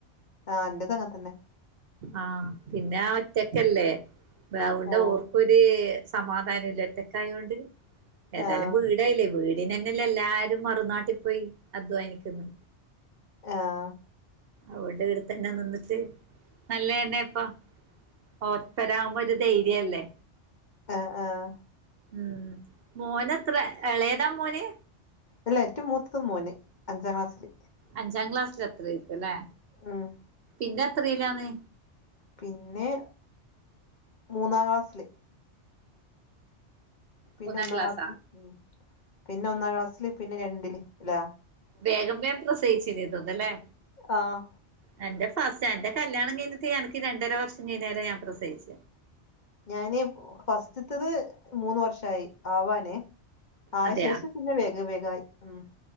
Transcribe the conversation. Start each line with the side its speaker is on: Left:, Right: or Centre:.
Left: ആഹ് എന്റെത് അങ്ങെതന്നെ
Right: ആഹ് പിന്നെ ആ ഒറ്റക്കല്ലേ അവിടെ
Left: ആഹ്
Right: ഒരേ സമാധാനം ഇല്ലാഒറ്റക്കായോണ്ട് ഏതായാലും
Left: ആഹ്
Right: വി വടായില്ലേ വീടിനന്നല്ലേ എല്ലാരും മറുനാട്ടി പോയി അധ്വാനിക്കുന്നു
Left: ആഹ്
Right: അവടെ ഇടുത്തന്നെ നിന്നിട്ട് നല്ലതന്നെ ഇപ്പ ഓസ്റ്റലാവുമ്പോ ഒരു ധൈര്യഅല്ലേ
Left: ആഹ് ആഹ്
Right: ഉം മോന എത്ര ഇളയതാ മോന്
Left: അല്ല ഏറ്റവും മൂത്തത് മോന് അഞ്ചാം ക്ലാസ്സില്
Right: അഞ്ചാം ക്ലാസ്ത്രയിരികേ
Left: ആഹ്
Right: ഇത് ത്രയിലാണ്
Left: പിന്നെ മൂന്നാം ക്ലാസ്സില് പിന്നെ
Right: മൂന്നാം
Left: ഒന്നാം
Right: ക്ലാസ്സാ
Left: ക്ലാസില് ഉ പിന്നെ ഒന്നാം ക്ലാസ്സില് പിന്നെ രണ്ടില് അല്ലാ
Right: വേഗം വേഗം പ്രസയിച്ചിതോന്നല്ലേ
Left: ആഹ്
Right: തന്റെ ഫ എന്റെ കല്യാണം കഴിഞ്ഞിട്ട് എനിക്ക് രണ്ടര വർഷം കഴിഞ്ഞാല ഞാൻ പ്രസവിച്ച
Left: ഞാനെ ഫസ്റ്റത്തത് മൂന്ന് വർഷായി ആവാനെ ആയ
Right: അതെയാ
Left: ശേഷം പിന്നെ വേഗ വേഗായി ഉം